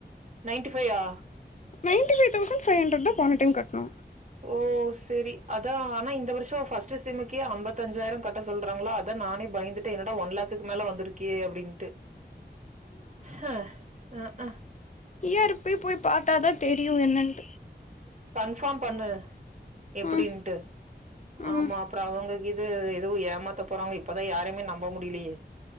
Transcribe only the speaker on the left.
ninety five thousand five hundred தா போன டைம் கட்டுணோ
இயர்ப் போய் போய் பாத்தா தா தெரியு என்னன்னு
ம் ம்